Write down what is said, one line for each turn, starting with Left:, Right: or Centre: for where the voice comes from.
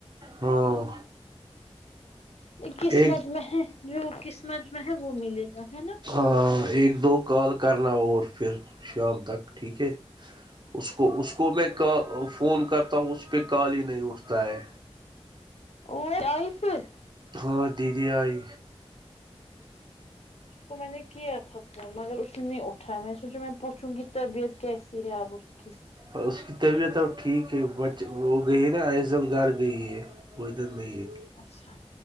Right: ہاں
Left: یہ قسمت
Right: ایک
Left: میں ہے جو قسمت میں ہے وہ ملے گا ہے نا
Right: ہاں ایک دو کال کررہا ہو اور پھر شام تک ٹھیک ہے اس کو اس کو میں کا فون کرتا ہوں اس پہ کال ہی نہیں اٹھتا ہے
Left: <unintelligible>
Right: ہاں دیدی آئی
Left: اس کو میں نے کیا تھا فون مگر اس نے نہیں اٹھایا میں نے سوچا میں پوچھوں گی طبیعت کیسی ہے اب اس کی
Right: اور اس کی طبیعت اب ٹھیک ہے ب وہ گئی نا ایزل گھر گئی ہے وہ ادھر نہیں ہے
Left: اچھا